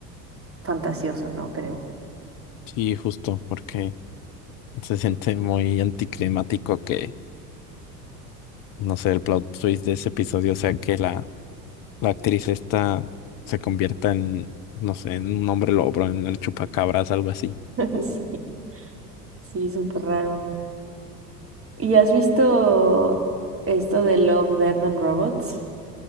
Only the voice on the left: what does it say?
Sí, justo, porque se siente muy anticlimático que, no sé, el plot twist de ese episodio sea que la, la actriz esta se convierta en, no sé, en un hombre lobo, en el chupacabras, algo así.